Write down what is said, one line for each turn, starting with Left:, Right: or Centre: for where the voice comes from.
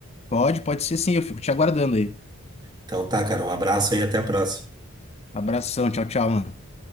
Left: pode, pode ser sim, eu fico te aguardando aí.
Right: Então tá, cara. Um abraço aí e até a próxima.
Left: Abração, tchau, tchau, mano.